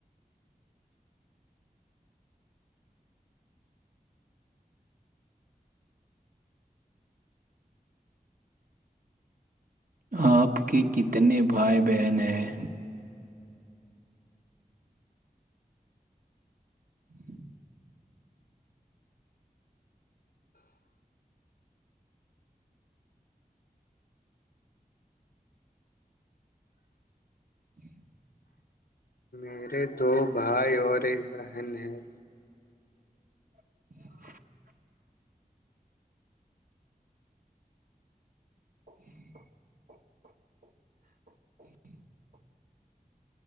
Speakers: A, on the right; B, on the left.
A: آپ کے کتنے بھائی بہن ہیں ج <inaudible>
B: میرے دو بھائی اور ایک بہن ہے
A: ہاں <unintelligible>